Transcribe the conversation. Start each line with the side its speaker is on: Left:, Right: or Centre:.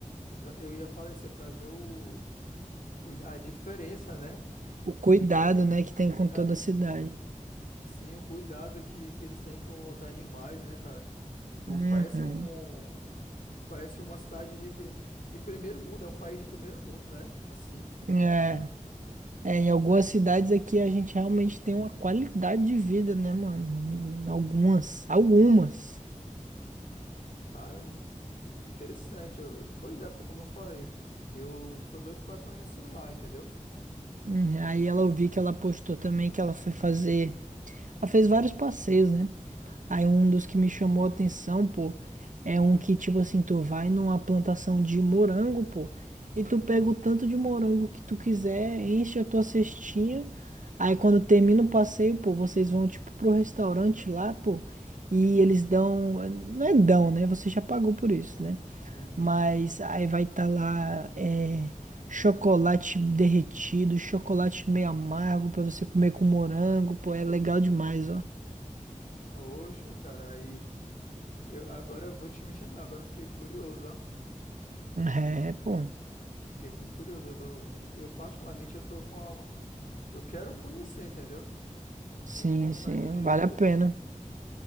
Left: exa- eu ia falar isso, é pra ver o, o- a diferença, né?
Right: O cuidado,
Left: De co-
Right: né, que tem com toda
Left: a-
Right: a cidade.
Left: sim, o cuidado que, que eles têm com os animais, né, cara? É
Right: Uhum.
Left: um- parece um, parece uma cidade de, pri- de primeiro mundo, é um país de primeiro mundo, né? Assim,
Right: É. É, em algumas cidades aqui a gente realmente tem uma qualidade de vida, né, mano? Em algumas, algumas.
Left: cara, hum, interessante. Eu- eu- pois é, como eu falei, eu sou doido pra conhecer lá, entendeu?
Right: Hum, Aí ela ouvi que ela postou também que ela foi fazer. Ela fez vários passeios, né? Aí um dos que me chamou a atenção, pô, é um que, tipo assim, tu vai numa plantação de morango, pô, e tu pega o tanto de morango que tu quiser, enche a tua cestinha. Aí quando termina o passeio, pô, vocês vão, tipo, pro restaurante lá, pô, e eles dão. Não é dão, né? Você já pagou por isso, né?
Left: Uhum.
Right: Mas aí vai estar lá é, chocolate derretido, chocolate meio amargo pra você comer com morango, pô, é legal demais, ó.
Left: Poxa, cara, aí eu, agora eu vou te mentir, não, agora eu fiquei curioso, ó.
Right: É, pô.
Left: Eu Fiquei muito curioso. Eu tô, eu particularmente eu tô com a, eu quero conhecer, entendeu?
Right: Sim,
Left: Fiquei com vontade
Right: sim,
Left: de,
Right: vale a pena.